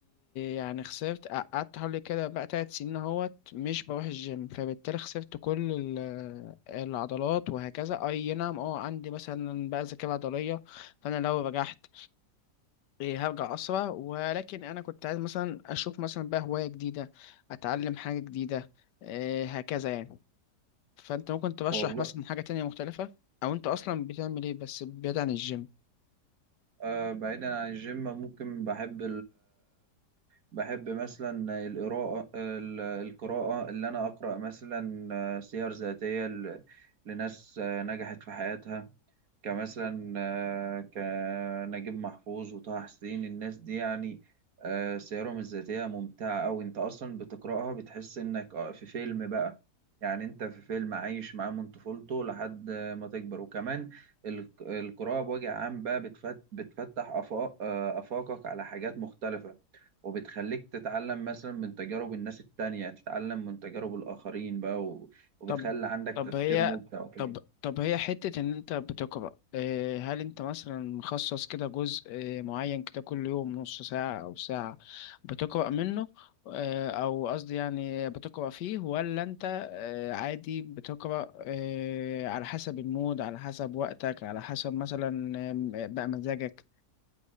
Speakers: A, on the left; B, on the right.
A: يعني خسرت قعدت حوالي كده بقى تلات سنين اهوت مش بروح الجيم فبالتالي خسرت كل ال- العضلات وهكذا اي نعم اه عندي مثلا بقى ذاكرة عضلية فانا لو رجعت إيه، هرجع اسرع ولكن انا كنت عايز مثلا اشوف مثلا بقى هواية جديدة اتعلم حاجة جديدة إيه، هكذا يعني فانت ممكن ترشح
B: والله
A: مثلا حاجة تانية مختلفة او انت اصلا بتعمل ايه بس بعيد عن الجيم
B: آه بعيدا عن الجيم ممكن بحب بحب مثلا القراءة ال- القراءة اللي أنا أقرأ مثلا سير ذاتية ل- لناس نجحت في حياتها كمثلا آه، كنجيب محفوظ وطه حسين الناس دي يعني آه، سيرهم الذاتية ممتعة أوي أنت أصلا بتقرأها بتحس إنك آه، في فيلم بقى يعني أنت في فيلم عايش معاه من طفولته لحد ما تكبر وكمان ال- القراءة بوجه عام بقى بتفت- بتفتح آفاق- آه، آفاقك على حاجات مختلفة وبتخليك تتعلم مثلا من تجارب الناس التانية تتعلم من تجارب الآخرين بقى و- وبتخلي
A: طب
B: عندك
A: طب
B: تفكير
A: هي
B: مبدع وكده
A: طب طب هي حتة إن أنت بتقرأ آه، هل أنت مثلا مخصص كده جزء آه، معين كده كل يوم نص ساعة أو ساعة بتقرأ منه آه، أو قصدي يعني بتقرأ فيه ولا أنت آه، عادي بتقرأ آه، على حسب المود على حسب وقتك على حسب مثلا آم، بقى مزاجك